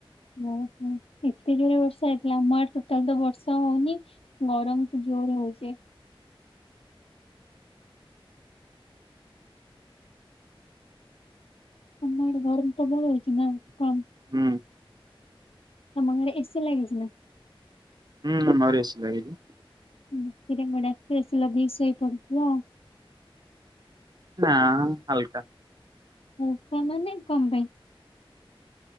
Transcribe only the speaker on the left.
ଓହୋ ଏତେ ଜୋରେ ବର୍ଷା ହେଇଥିଲା ଆମ ଆଡେ ଟୋଟାଲ୍ ତ ବର୍ଷା ହଉନି। ଗରମକୁ ଜୋରରେ ହଉଚି। ତମ ଆଡେ ଗରମ ପ୍ରବଳ ହଉଚି ନା କମ୍?
ତମ ଗାଁରେ ଏ ସି ଲାଗିଚି ନା?
ରାତିରେ ମୁଡାସ ଏ ସି ଲଗେଇ ଶୋଇ ପଡୁଥିବ ଆଉ
ଉଷା ମାନେ କମ ପାଇଁ